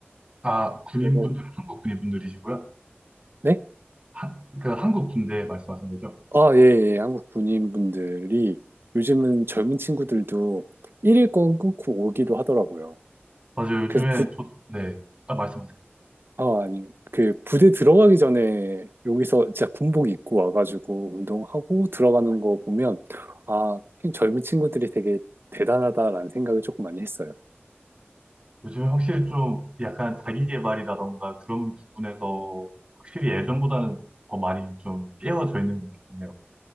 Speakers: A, on the right (about 25°); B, on the right (about 60°).
A: 아, 군인분들,
B: 그리고,
A: 한국 군인분들이시고요?
B: 네?
A: 한, 그 한국 군대 말씀하신 거죠?
B: 아, 예, 예. 예. 한국 군인분들이 요즘은 젊은 친구들도 일일권 끊고 오기도 하더라고요.
A: 맞아요. 요즘에
B: 그래서 부,
A: 저도, 네. 딱 말씀하세요.
B: 아, 아니, 그 부대 들어가기 전에 여기서 진짜 군복 입고 와가지고 운동하고 들어가는 거 보면, 아, 젊은 친구들이 되게 대단하다라는 생각을 조금 많이 했어요.
A: 요즘에 확실히 좀 약간 자기계발이라던가 그런 부분에서 확실히 예전보다는 더 많이 좀 깨어져 있는 것 같네요.